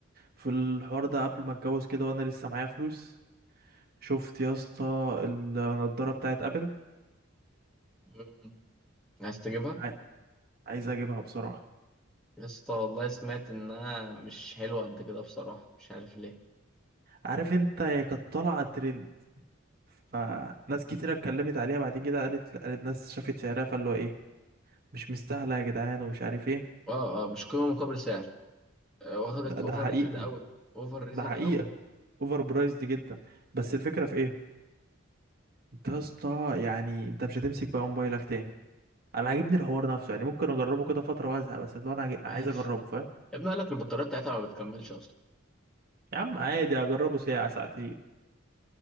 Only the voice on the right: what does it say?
في الحوار ده قبل ما اتجوز كده وانا لسه معايا فلوس شفت يا اسطى النضاره بتاعت ابل
عاي- عايز اجيبها بصراحه
عارف انت هي كانت طالعه ترند فناس كتيره اتكلمت عليها بعدين كده قالت قالت ناس شافت سعرها فاللي هو ايه مش مستاهله يا جدعان ومش عارف ايه
ده,
ده حقيقي
ده حقيقة
اوفر برايزد جدا بس الفكرة في ايه انت يا اسطى يعني انت مش هتمسك بقى موبايلك تاني انا عاجبني الحوار نفسه يعني ممكن اجربه كده فترة وازهق بس اللي هو انا عاي-
عايز اجربه
فاهم
يا عم عادي اجربه ساعة ساعتين